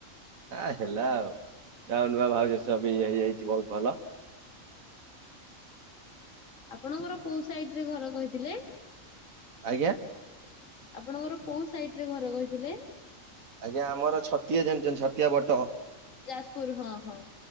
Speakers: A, on the right (about 85°); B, on the left (about 70°).
A: ହାଁ ହେଲା ଆଉ ଯାହା ହ‌ଉ, ନୂଆ ଭାଉଜ ସ ବି ହେଇଯାଇଛି ବହୁତ ଭଲ।
B: ଆପଣଙ୍କର କୋଉ ସାଇଡ୍ ରେ ଘର କହିଥିଲେ।
A: ଆଜ୍ଞା।
B: ଆପଣଙ୍କର କୋଉ ସାଇଟ୍ ରେ ଘର କହିଥିଲେ।
A: ଆଜ୍ଞା ଆମର ଛତିଆ ଜାଣିଛନ୍ତି ଛତିଆ ବଟ।
B: ଯାଜପୁର ହଁ-ହଁ।